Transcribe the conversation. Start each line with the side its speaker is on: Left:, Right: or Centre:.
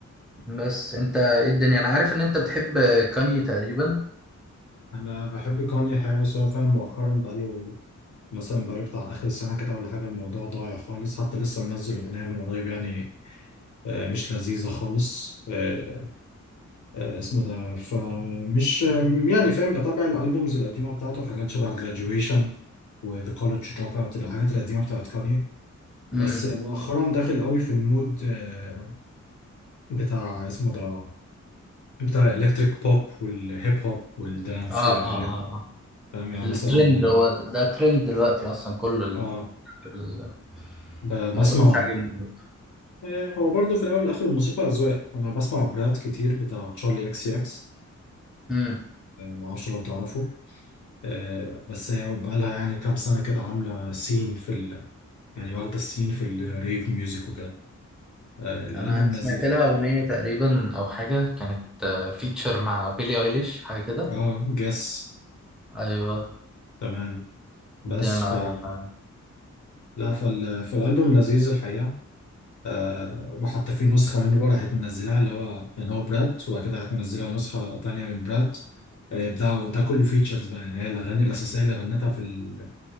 Centre: بس انت ايه الدنيا انا عارف ان انت بتحب كاني تقريبا
Left: انا بحب كوني حاجه بس هو فاهم مؤخرا بقاله مثلا بقاله بتاع آخر سنة كده ولا حاجة الموضوع ضايع خالص حتى لسه منزل أغنية من قريب يعني آه، مش لذيذة خالص آه، آه، اسمه ده فمش يعني فاهم بتابع الالبومز القديمه بتاعته حاجات شبه graduation و The College Dropout الحاجات القديمه بتاعت كاني بس
Centre: امم
Left: مؤخرا داخل قوي في المود آه، بتاع اسمه ده بتاع الالكتريك بوب والهيب هوب والدانس
Centre: اه
Left: والالكتريك
Centre: اه اه اه
Left: فاهم يعني
Centre: الترند
Left: مثلا
Centre: هو ده ترند دلوقتي اصلا كله ال-
Left: اه آه،
Centre: ال-
Left: ب-
Centre: الموضوع
Left: بسمع
Centre: مش عاجبني دلوقتي
Left: آه، هو برضه في الاول والاخر الموسيقى اذواق انا بسمع براد كتير بتاع تشارلي اكس اكس
Centre: امم
Left: معرفش لو تعرفه آه، بس هي بقالها يعني كام سنة كده عاملة سين في ال... يعني واخدة السين في الريف ميوزك وكده آه، الألبوم
Centre: انا سمعت
Left: لذيذ
Centre: لها اغنيه تقريبا او حاجه كانت فيتشر مع بيلي ايليش حاجه كده
Left: اه جس
Centre: ايوه
Left: تمام بس
Centre: دي انا
Left: ف
Centre: عارفها
Left: لا فال... فالألبوم لذيذ الحقيقة آه، وحتى في نسخة منه بقى راحت منزلها اللي هو يعني هو برات وبعد كده راحت منزلها نسخة تانية من برات آه، ده ده كله فيتشرز بقى يعني هي الأغاني الأساسية اللي غنتها في ال...